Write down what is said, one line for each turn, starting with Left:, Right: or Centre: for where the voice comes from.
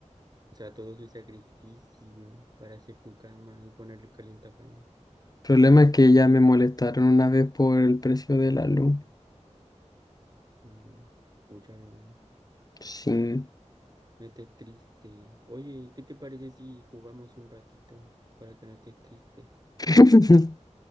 Right: O sea, todo su sacrificio para hacer tu cama y ponerle caliente a cama.
Left: El problema es que ya me molestaron una vez por el precio de la luz.
Right: Mm, mucha bebé.
Left: Sí.
Right: No estés triste. Oye, ¿qué te parece si jugamos un ratito para que no estés triste?
Left: <laughs>